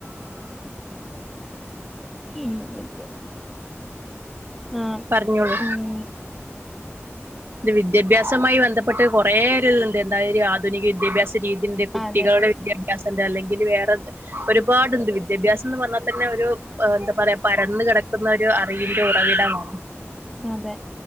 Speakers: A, in the centre; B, on the right (about 55°).
A: ഉം ഇ ആ
B: പറഞ്ഞോളൂ
A: ഉം
B: ഇത് വിദ്യാഭ്യാസമായി ബന്ധപ്പെട്ട് കുറെേഒരു ഇത്ണ്ട് എന്തായാല ഒരു ആധുനിക വിദ്യാഭ്യാസ രീതി അതിന്റെ കുട്ടികളുടെ
A: അതെ
B: വിദ്യാ വിദ്യാഭ്യാസം അല്ലെങ്കിൽ വേറെ ഒരുപാട്ണ്ട് വിദ്യാഭ്യാസം എന്ന് പറഞ്ഞാൽ തന്നെ ഒരു എന്താ പറയാ പരന്ന് കിടക്കുന്ന ഒരു അറിവിന്റെ ഉറവിടമാണ്
A: അതെ